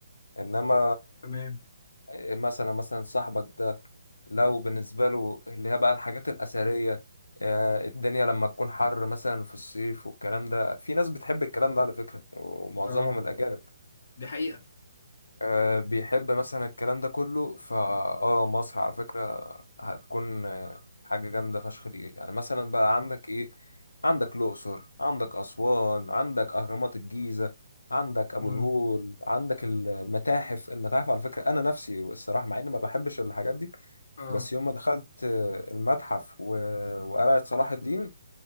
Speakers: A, on the left; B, on the left.
A: انما
B: تمام
A: آه، مثلا مثلا صاحبك ده لو بالنسبة له اللي هي بقى الحاجات الأثرية آه، الدنيا لما تكون حر مثلا في الصيف والكلام ده في ناس بتحب الكلام ده على فكرة ومعظمهم
B: اه
A: الأجانب
B: دي حقيقة
A: آه، بيحب مثلا الكلام ده كله فا اه مصر على فكرة هتكون آه، حاجة جامدة فشخ دي يعني مثلا بقى عندك ايه عندك الأقصر عندك أسوان عندك أهرامات الجيزة عندك أبو
B: مم.
A: الهول عندك المتاحف المتاحف على فكرة أنا نفسي الصراحة مع إني ما بحبش الحاجات دي
B: اه
A: بس يوم ما دخلت آه، المتحف و... وقلعة صلاح الدين